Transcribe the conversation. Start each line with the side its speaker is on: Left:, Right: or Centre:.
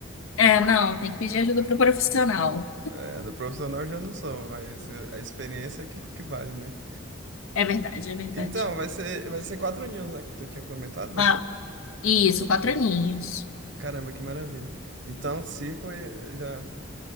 Left: É, não, tem que pedir ajuda para o profissional.
Right: É, do profissional eu já não sou, mas eh, a experiência é que, que vale, né?
Left: É verdade, é verdade.
Right: Então, vai ser, vai ser quatro news, né? Que tu tinha comentado?
Left: Ah, isso, quatro aninhos.
Right: Caramba, que maravilha. Então, cinco eh, já.